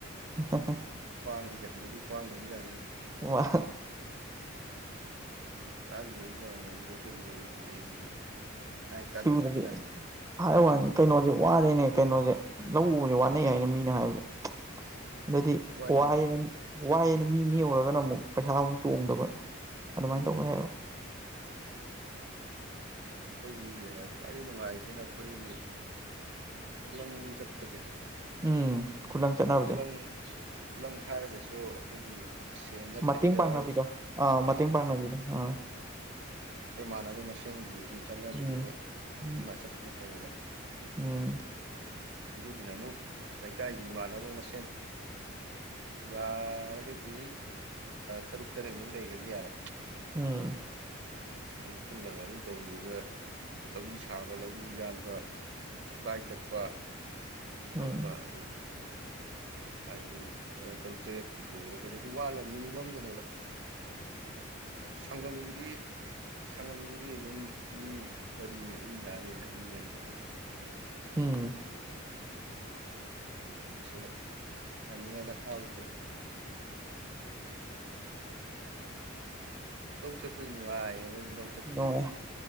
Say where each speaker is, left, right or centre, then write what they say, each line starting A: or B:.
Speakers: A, on the right (about 15°); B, on the right (about 60°).
A: ꯍ
B: ꯀ꯭ꯋꯥꯏꯁꯤꯗꯤ ꯍꯥꯟꯅꯨꯕꯤ꯭ꯡꯒꯨꯝ ꯑꯃꯖꯅꯤꯡꯉꯤ
A: ꯃꯥ
B: ꯂ ꯂꯣꯏꯔꯕꯖꯥꯅꯦ ꯂꯣꯏꯕꯗꯤ ꯍꯦꯒꯅꯤ
A: ꯁꯤꯕꯨꯗꯤ
B: ꯀꯥꯟꯅꯗꯕꯖꯥꯠꯅꯤ
A: ꯍꯥꯏ ꯋꯥꯅꯤ ꯀꯩꯅꯣꯁꯦ ꯋꯥꯔꯦꯅꯦ ꯀꯩꯅꯣꯁꯦ ꯂꯧ ꯎꯁ ꯋꯥꯅꯩ ꯍꯥꯏꯅꯦ ꯃꯤꯅꯦ ꯍꯥꯏꯕꯗ
B: <unintelligible>
A: ꯑꯗꯩꯗꯤ
B: ꯋꯥꯏ
A: ꯋꯥꯏꯅ
B: ꯋꯥꯏ
A: ꯋꯥꯏꯑꯦꯅ ꯃꯤ ꯅꯦꯛꯎꯨꯔꯒꯅ ꯑꯃꯨꯛ ꯄꯩꯁꯥꯃꯨꯛ ꯇꯣꯡꯗꯕ ꯑꯗꯨꯃꯥꯏꯅ
B: ꯎꯝ
A: ꯇꯧꯋꯦ ꯍꯥꯏꯕ
B: ꯑꯩꯈꯣꯏꯒꯤ ꯈ꯭ꯋꯥꯏꯗꯒꯤ ꯅꯨꯡꯉꯥꯏꯔꯤꯁꯤꯅ ꯑꯩꯈꯣꯏꯒꯤ ꯂꯪ ꯆꯠꯄꯁꯩ
A: ꯎꯝ ꯈꯨꯂꯪ ꯆꯠꯅꯕꯁꯦ
B: ꯈꯨꯂꯪ ꯈꯨꯂꯪ ꯍꯥꯏꯔꯒꯁꯨ ꯑꯩꯈꯣꯏꯒꯤ ꯦꯅꯠꯇꯕꯤꯗ
A: ꯃꯇꯦꯡ ꯄꯥꯡꯅꯕꯤꯗꯣ ꯑꯥ
B: ꯑ
A: ꯃꯇꯦꯡ ꯄꯥꯡꯅꯕꯤꯗꯣ ꯑꯥ
B: ꯑꯩꯈꯣꯏꯃꯥꯟꯅꯕ ꯃꯁꯦꯟꯒꯤ ꯑꯗꯨꯝ ꯆꯠꯕꯤꯗꯨꯗ
A: ꯎꯝ
B: ꯑꯗꯨꯃꯥꯏꯅ
A: ꯎꯝ
B: ꯆꯠꯄꯅ ꯐꯩꯌꯦꯕ
A: ꯎꯝ
B: ꯑꯗꯨꯒꯤꯅ ꯑꯃꯨꯛ ꯂꯩꯀꯥꯏꯒꯤ ꯏꯃꯥꯟꯅꯕ ꯃꯁꯦꯟ ꯌꯥꯔꯒꯗꯤ ꯇꯔꯨꯛ ꯇꯔꯦꯠꯃꯨꯛ ꯂꯩꯒꯗꯤ ꯌꯥꯔꯦ
A: ꯎꯝ
B: ꯑꯗꯨ ꯄꯨꯜꯂꯒ ꯑꯗꯨꯝ ꯇꯧꯈꯤꯕꯗ ꯂꯧꯔꯤ ꯁꯥꯕ ꯂꯧꯔꯤ ꯌꯥꯟꯕ ꯎꯀꯥꯏ ꯇꯛꯄ
A: ꯎꯝ
B: ꯈꯣꯠꯄ ꯑꯗꯨꯝ ꯍꯥꯏꯗꯤ ꯇꯔꯨꯛ ꯇꯔꯦꯠꯄꯨ ꯁꯈꯨꯔꯒꯗꯤ ꯑꯗꯨꯝ ꯋꯥꯠꯂ ꯃꯤꯅꯤꯃꯝꯗꯅꯦꯕ ꯁꯪꯒꯝꯒꯤꯗꯤ ꯁꯪꯒꯝꯒꯤꯗꯤ ꯑꯗꯨꯝ ꯃꯤ ꯃꯔꯤ ꯑꯗꯨꯝ ꯌꯥꯅꯤꯗ ꯃꯤ ꯃꯔꯤ ꯃꯉꯥ
A: ꯎꯝ
B: ꯁꯣ ꯌꯥꯝ ꯉꯗ ꯀꯥꯎꯇ ꯂ ꯂꯧ ꯁꯄ꯭ꯔꯤ ꯅꯨꯡꯉ ꯑꯦꯕꯝ ꯂ
A: ꯅꯨꯡꯉꯥꯏ